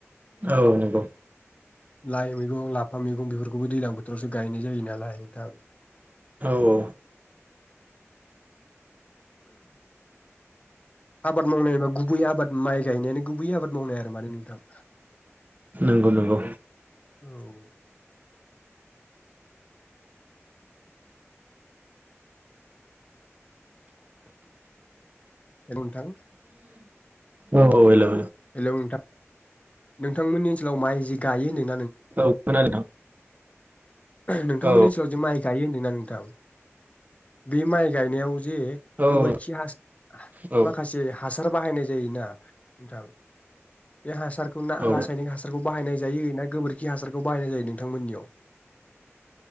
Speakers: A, on the right (about 35°); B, on the left (about 30°).
A: औ नंगौ
B: लाइ मैगं लाफा मैगं बेफोरखौबो दैलां बोथोरावसो गायनाय जायो नालाय नोंथां
A: औ औ
B: आबाद मावनायबा गुबै आबाद माइ गायनायानो गुबै आबाद मावनाय आरो माने नोंथां
A: नंगौ नंगौ
B: औ हेलौ नोंथां
A: औ हेलौ
B: हेलौ नोंथां नोंथांमोननि ओनसोलाव माइ जि गायो नों
A: औ खोनादों
B: नोंथांमोननि
A: औ
B: ओनसोलाव जे माइ गायो होनदोंना नोंथां बे माइ गायनायाव जे
A: औ
B: गोबोरखि हास
A: औ
B: माखासे हासार बाहायनाय जायोना नोंथां बे हासार खौ ना
A: औ
B: रासायनिक हासारखौ बाहायनाय जायो ना गोबोरखि हासारखौ बाहायनाय जायो नोंथांमोननियाव